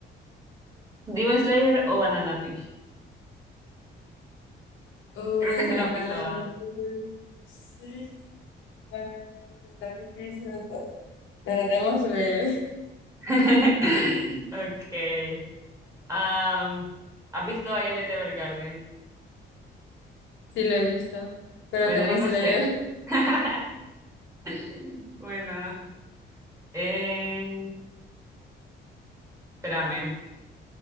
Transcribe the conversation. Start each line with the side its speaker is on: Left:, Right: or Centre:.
Right: Demon Slayer o Banana Fish.
Left: Uy,
Right: Creo que sí
Left: banano,
Right: lo has visto, ah.
Left: uy, sí, banano, pues está difícil. está- Pero Demon Slayer,
Right: <laughs> okay Um, ¿has visto Violet Evergarden?
Left: <laughs> sí lo he visto. Pero
Right: Bueno,
Left: Demon
Right: Demon
Left: Slayer,
Right: Slayer. <laughs> <laughs> Bueno, eh, espérame.